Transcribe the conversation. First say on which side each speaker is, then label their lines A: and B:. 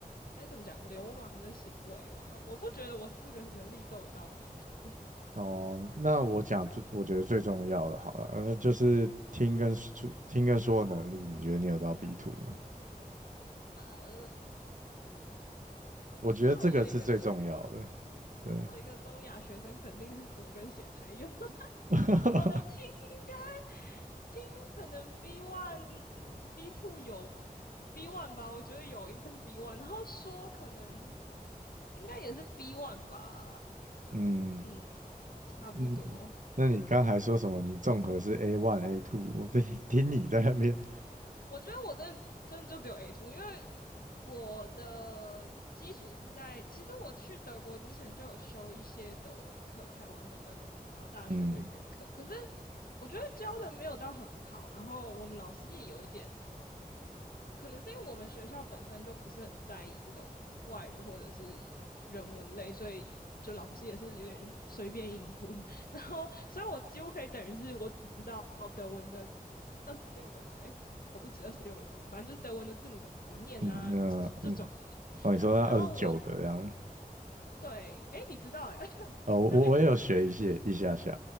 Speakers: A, on the left (about 75°); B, on the right (about 55°).
A: 该怎么讲流氓的行为吗？我不觉得我四个能力都有到 B 图。
B: 哦，那我讲最，我觉得最重要的好了，那就是听跟说听跟说的能力，你觉得你有到 B two 吗？
A: <laughs> 呃，
B: 我觉得这个是最重要的。
A: 作为一个
B: 对，
A: 作为一个东亚学生，肯定是读跟写才有。
B: <laughs>
A: 我的听应该听可能 B one、B two 有 B one 吧，我觉得有，应该是 B one。然后说可能应该也是 B one 吧，
B: 嗯
A: 嗯，差不多。
B: 嗯，那你刚才说什么？你综合是 A one A two，我这听你在那边，
A: 我觉得我真的真的就只有 A two，因为我的基础是在，其实我去德国之前就有修一些德文课，台湾的那种，然后大学的语言课，
B: 嗯
A: 可是我觉得教的没有到很好，然后我们老师也有一点可能是因为我们学校本身就不是很在意这种外语或者是人文类，所以就老师也是有点随便应付。<laughs> 然后，所以我几乎可以等于是我只知道德文的六个，哎，我不止二十六个字母，反正就是德文的字母怎么念啊，
B: 嗯呃嗯，
A: 这这这种而已。
B: 哦，你说那二十九个这样，
A: 然后我对，哎，你知道哎，<laughs>
B: 哦，我我也有学一些一下下，
A: 那哎